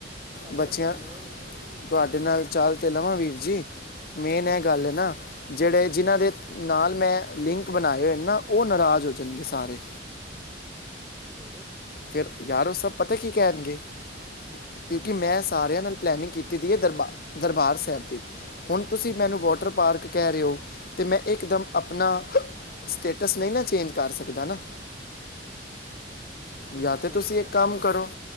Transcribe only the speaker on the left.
ਬੱਚਿਆਂ
ਤੁਹਾਡੇ ਨਾਲ ਚੱਲ ਤੇ ਲਵਾਂ ਵੀਰ ਜੀ ਮੇਨ ਐ ਗੱਲ ਏ ਨਾ ਜੇੜੇ ਜਿਨ੍ਹਾਂ ਦੇ ਨਾਲ ਮੈਂ ਲਿੰਕ ਬਣਾਏ ਹੋਏ ਨਾ ਓ ਨਾਰਾਜ਼ ਹੋ ਜਾਣਗੇ ਸਾਰੇ
ਫਿਰ ਯਾਰ ਓ ਸਭ ਪਤਾ ਕੀ ਕੈਂਣਗੇ। ਕਿਉਂਕਿ ਮੈਂ ਸਾਰਿਆਂ ਨਾਲ ਪਲੈਨਿਗ ਕੀਤੀ ਦੀ ਹੈ ਦਰਬਾ ਦਰਬਾਰ ਸਾਹਿਬ ਦੀ ਹੁਣ
ਤੁਸੀਂ
ਮੈਨੂੰ ਵੋਟਰ ਪਾਰਕ ਕੈ ਰਏ ਓ। ਤੇ ਮੈਂ ਇਕ ਦਮ ਆਪਣਾ ਸਟੇਟਸ ਨਈ ਨਾ ਚੇਂਜ ਕਰ ਸਕਦਾ ਨਾ।
ਜਾਂ
ਤਾਂ ਤੁਸੀਂ
ਇੱਕ ਕੰਮ
ਕਰੋ